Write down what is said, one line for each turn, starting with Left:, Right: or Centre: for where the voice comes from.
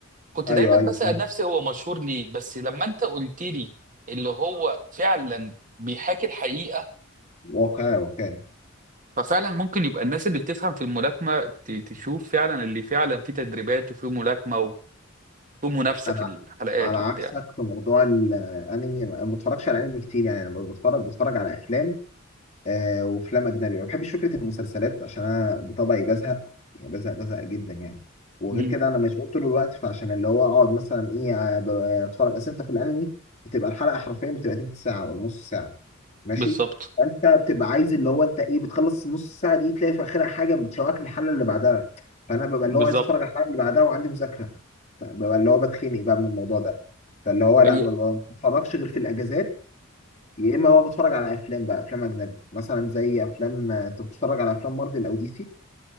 Right: كنت
Left: ايوه
Right: دايما بسأل
Left: ايوه فاهم
Right: نفسي هو مشهور ليه بس لما انت قلت لي اللي هو فعلا بيحاكي الحقيقه
Left: واقعي واقعي
Right: ففعلا ممكن يبقى الناس اللي بتفهم في الملاكمة ت- تشوف فعلا اللي فعلا فيه تدريبات وفيه ملاكمة وفيه منافسة
Left: انا
Right: في الحلقات
Left: على عكسك
Right: وبتاع
Left: في موضوع الانمي أنا ما بتفرجش على انمي كتير يعني انا بتفرج بتفرج على افلام آه وافلام اجنبي ما بحبش فكره المسلسلات عشان انا بطبعي بزهق يعني بزهق بزهق جدا يعني وغير
Right: مم.
Left: كده انا مشغول طول الوقت فعشان اللي هو اقعد مثلا ايه آه، ب- اتفرج اصل انت في الانمي بتبقى الحلقه حرفيا بتبقى تلت ساعه ولا نص ساعه ماشي
Right: بالظبط
Left: انت بتبقى عايز اللي هو انت ايه بتخلص النص ساعه دي تلاقي في اخرها حاجه بتشوقك للحلقه اللي بعدها فانا ببقى
Right: بالظبط
Left: اللي هو عايز اتفرج على الحلقه اللي بعدها وعندي مذاكره فببقى اللي هو بتخنق بقى من الموضوع ده فاللي هو لا
Right: هي
Left: ما بتفرجش غير في الاجازات يا اما بقى بتفرج على افلام بقى افلام اجنبي مثلا زي افلام آه، أنت بتتفرج على افلام مارفل او دي سي